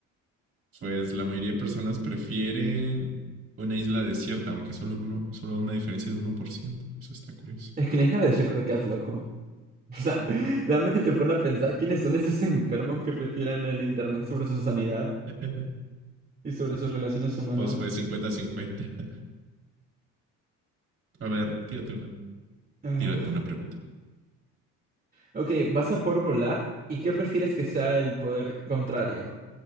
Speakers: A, on the right (about 45°); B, on the right (about 25°).
A: Pues la mayoría de personas prefieren una isla desierta, aunque solo, uno, solo una diferencia de uno por ciento. Eso está curioso.
B: Es que en la isla desierta te quedas loco. <laughs> O sea, realmente te pone a pensar quiénes son esos enfermos que prefieren el internet sobre su sanidad.
A: <laughs>
B: Y sobre sus relaciones humanas.
A: pues fue cincuenta-cincuenta. <laughs> A ver, tírate una,
B: Ah,
A: tírate una pregunta.
B: Ok, vas a poder volar. ¿Y qué prefieres que sea el poder contrario?